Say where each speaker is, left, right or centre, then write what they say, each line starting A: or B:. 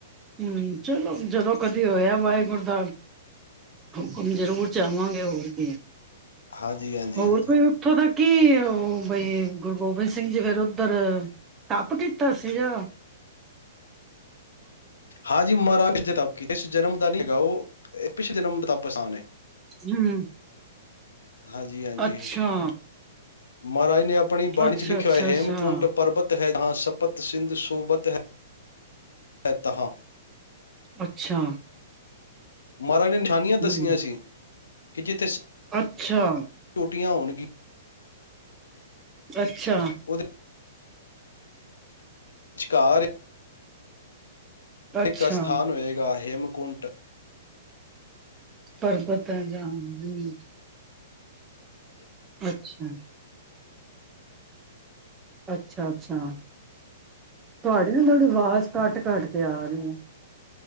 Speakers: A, on the right; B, on the left.
A: ਹਮ ਚਲੋ ਜਦੋ ਕਦੀ ਹੋਇਆ ਵਾਹਿਗੁਰ ਦਾ ਹੁਕਮ ਜਰੂਰ ਜਾਵਾਂਗੇ ਹੋਰ ਕੀ
B: ਹਾਂਜੀ ਹਾਂਜੀ
A: ਹੋਰ
B: ਹਾਂਜੀ
A: ਕੋਈ ਉੱਥੋਂ ਦਾ ਕੀ ਉਹ ਬਈ ਗੁਰੂ ਗੋਬਿ ਗੋਬਿੰਦ ਸਿੰਘ ਜੀ ਫਿਰ ਉੱਧਰ ਤਪ ਕੀਤਾ ਸੀਗਾ।
B: ਹਾਂਜੀ ਮਹਾਰਾਜ ਜੀ ਨੇ ਤਪ ਕੀਤੇ ਇਸ ਜਨਮ ਦਾ ਨਹੀਂ ਹੈਗਾ ਉਹ ਪਿਛਲੇ ਜਨਮ ਦੇ ਤਪ ਆਸਾਨ ਏ।
A: ਹਮ।
B: ਹਾਂਜੀ ਹਾਂਜੀ
A: ਅੱਛਾ।
B: ਮਹਾਰਾਜ ਨੇ ਆਪ ਆਪਣੀ ਬਾਣੀ
A: ਅੱਛਾ
B: ਚ ਲਿਖਿਆ
A: ਅੱਛਾ
B: ਹੋਇਆ ਹੇਮਕੁੰਟ
A: ਅੱਛਾ
B: ਪਰਬਤ ਹੈ ਜਹਾਂ ਸਪਤ ਸਿੰਧ ਸੋਬਤ ਹੈ, ਹੈ ਤਹ।
A: ਅੱਛਾ।
B: ਮਹਾਰਾਜ ਨੇ <unintelligible> ਨੀਆਂ ਦੱਸੀਆਂ
A: ਹਮ
B: ਸੀ ਕਿ ਚਿਜ
A: ਅੱਛਾ।
B: ਟੀਆਂ ਹੋਣਗੀਆਂ
A: ਅੱਛਾ।
B: ਉਹਦੇ ਵਿਚਕਾਰ
A: ਅੱਛਾ
B: ਇੱਕ ਅਸਥਾਨ ਹੋਏਗਾ ਹੇਮਕੁੰਟ ਟ
A: ਪਰਬਤ ਹੈ ਜਹਾਂ। ਹਮ। ਅੱਛਾ। ਅੱਛਾ-ਅੱਛਾ ਤੁਹਾਡੀ ਨਾ ਥੋੜੀ ਆਵਾਜ਼ ਕੱਟ-ਕੱਟ ਕੇ ਆ ਰਹੀ ਹੈ।